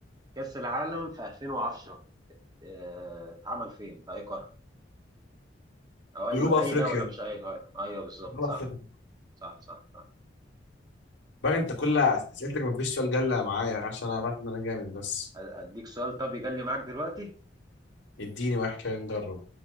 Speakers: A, on the right; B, on the left.
A: كأس العالم في 2010 آه، اتعمل فين في اي قارة او اي
B: جنوب افريقيا
A: اي دولة مش اي قارة ايوه بالظبط
B: جنوب
A: صح
B: افريقيا
A: صح صح صح
B: بقى انت كل اسئلتك ما فيش سؤال جله معايا عشان انا عارف ان انا جامد بس
A: أ- اديك سؤال طب يجلي معاك دلوقتي
B: اديني واحد كده نجرب